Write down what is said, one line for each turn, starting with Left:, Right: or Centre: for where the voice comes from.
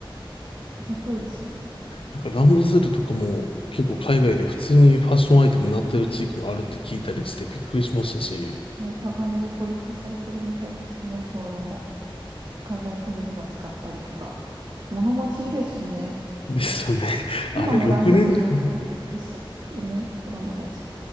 Right: 面白いですよね。
Left: なんかランドセルとかも結構海外で普通にファッションアイテムになってる地域もあるって聞いたりしてびっくりしましたし。
Right: ね、高値で取引されてるみたいですね、それも。海外セレブが使ったりとか。物持ちいいですしね。
Left: ですよね。<laughs> あれ6年間
Right: 今もランドセルでしたよね、子供たち。